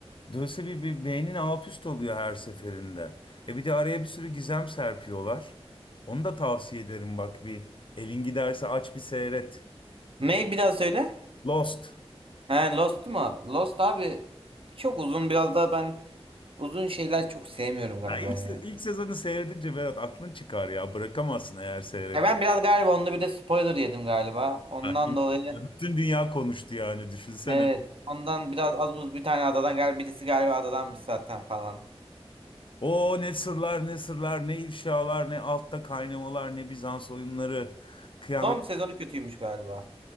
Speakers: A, on the left; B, on the right.
A: Dolayısıyla bir, bir beynin alt üst oluyor her seferinde. E bir de araya bir sürü gizem serpiyorlar. Onu da tavsiye ederim bak bir. Elin giderse aç bir seyret.
B: Ne bir daha söyle.
A: Lost.
B: He Lost mu? Lost abi çok uzun biraz daha ben uzun şeyler çok sevmiyorum galiba
A: Ya ilk,
B: ya.
A: se- ilk sezonu seyredince Berat aklın çıkar ya. Bırakamazsın eğer seyretmediysen.
B: Ya ben biraz galiba onda bir de spoiler yedim galiba. Ondan
A: Yani
B: dolayı
A: Bütün dünya konuştu yani düşünsene.
B: Evet. Ondan biraz az buz bir tane adadan galiba birisi galiba adadanmış zaten falan.
A: O ne sırlar ne sırlar ne ifşalar ne altta kaynamalar ne Bizans oyunları kıyamet.
B: Son sezonu kötüymüş galiba.